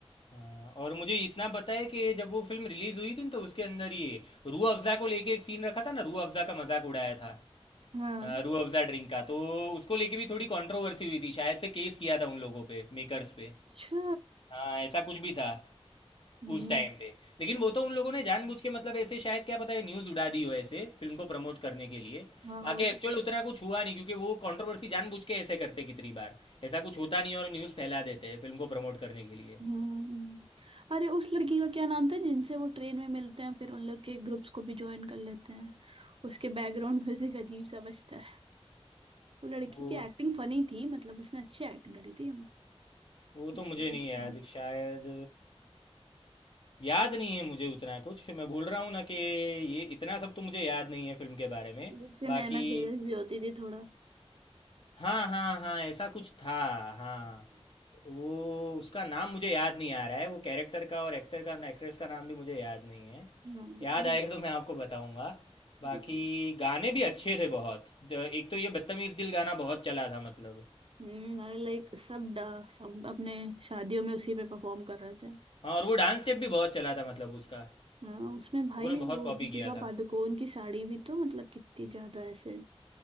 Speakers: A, on the left; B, on the right.
A: हाँ, और मुझे इतना पता है कि जब वो फिल्म रिलीज़ हुई थी न, तो उसके अंदर ये रूह अफ़ज़ा को लेके एक सीन रखा था ना रूह अफ़ज़ा का मजाक उड़ाया था
B: हाँ
A: अ, रूह अफ़ज़ा ड्रिंक का तो उसको लेके भी थोड़ी कंट्रोवर्सी हुई थी शायद से केस किया था उन लोगों पे मेकर्स पे
B: अच्छा
A: हाँ ऐसा कुछ भी था
B: हम्म
A: उस टाइम पे लेकिन वो तो उन लोगों ने जानबूझ के मतलब ऐसे शायद क्या पता है न्यूज़ उड़ा दी हो ऐसे फिल्म को प्रमोट करने के लिए
B: हाँ
A: बाकी
B: हो
A: एक्चुअल
B: सक
A: उतना कुछ हुआ नहीं क्योंकि वो कंट्रोवर्सी जानबूझ के ऐसे करते कितनी बार ऐसा कुछ होता नहीं और न्यूज़ फैला देते हैं फिल्म को प्रमोट करने के लिए
B: हम्म अरे उस लड़की का क्या नाम था जिनसे वो ट्रेन में मिलते हैं फिर उन लोग के ग्रुप्स को भी ज्वाइन कर लेते हैं उसके बैकग्राउंड म्यूजिक अजीब सा बजता है वो लड़की
A: वो
B: की एक्टिंग फनी थी मतलब उसने अच्छी एक्टिंग करी थी हम
A: वो
B: किसी
A: तो मुझे नहीं
B: ने
A: याद
B: सुनी।
A: शायद याद नहीं है मुझे उतना कुछ मैं भूल रहा हूँ ना कि ये इतना सब तो मुझे याद नहीं है फिल्म के बारे में
B: जिससे नैना
A: बाकी
B: जेलस भी होती थी थोड़ा <laughs>
A: हाँ हाँ हाँ ऐसा कुछ था हाँ वो उसका नाम मुझे याद नहीं आ रहा है वो कैरेक्टर का और एक्टर का एक्ट्रेस का नाम भी मुझे याद नहीं है
B: हम्म,
A: याद आएगा तो मैं आपको बताऊंगा बाकी
B: वो
A: गाने भी अच्छे थे बहुत ज- एक तो ये बदतमीज़ दिल गाना बहुत चला था मतलब
B: हम्म लाइक सब डा, सब अपने शादियों में उसी पे परफॉर्म कर रहे थे
A: हाँ और वो डांस स्टेप भी बहुत चला था मतलब उसका
B: हाँ, उसमें भाई
A: लोगों ने बहुत
B: वो
A: कॉपी
B: दीपिका
A: किया था
B: पादुकोण की साड़ी भी तो मतलब कितनी ज्यादा ऐसे